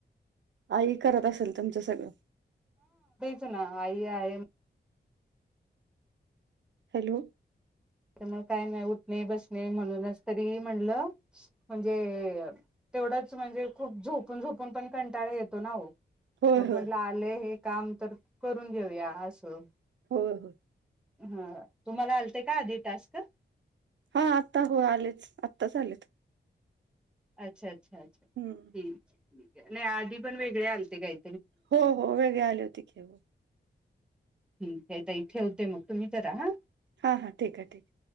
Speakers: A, on the right; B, in the centre.
A: आई करत असेल तुमचं सगळं.
B: च ना आई आहे.
A: हॅलो.
B: त्यामुळे काय नाही उठणे बसणे म्हणूनच तरी म्हटलं. म्हणजे तेवढंच म्हणजे खूप झोपून झोपून पण कंटाळा येतो ना हो.
A: होय
B: मग
A: होय
B: म्हटलं आले हे काम तर करून घेऊया असं.
A: हो हो.
B: ह तुम्हाला आलते का आधी टास्क.
A: हा आत्ता हो आलेच आत्ताच आलेत.
B: अच्छा अच्छा अच्छा ठीकठी
A: हम्म
B: नाही आधी पण वेगळे आलते काही
A: हो हो वेगळे आले होते खेव
B: ठीक आहे तर इथे होते मग तुम्ही तर राहा
A: हां हां ठीक आहे ठीक आहे